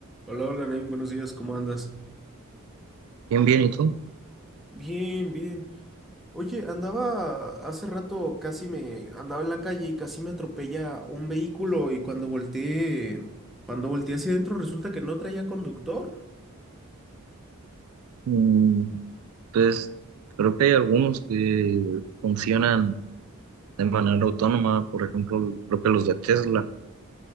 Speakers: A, in the centre; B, on the right.
A: Hola, hola, Naim, buenos días, ¿cómo andas?
B: Bien, bien, ¿y tú?
A: Bien, bien. Oye, andaba hace rato, casi me andaba en la calle y casi me atropella un vehículo y cuando volteé, cuando volteé hacia adentro resulta que no traía conductor.
B: Mm, Pues creo que hay algunos que funcionan de manera autónoma, por ejemplo, creo que los de Tesla.